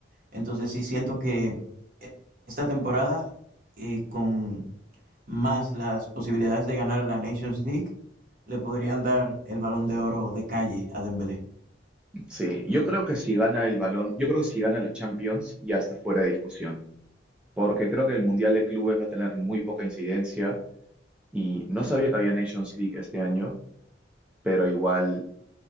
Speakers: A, on the right; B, in the centre.
A: Entonces sí siento que eh, esta temporada, eh, con más las posibilidades de ganar la Nations League, le podrían dar el Balón de Oro de calle a Dembélé.
B: Sí, yo creo que si gana el Balón, yo creo que si gana la Champions ya está fuera de discusión, porque creo que el Mundial de Clubes va a tener muy poca incidencia y no sabía que había Nations League este año, pero igual,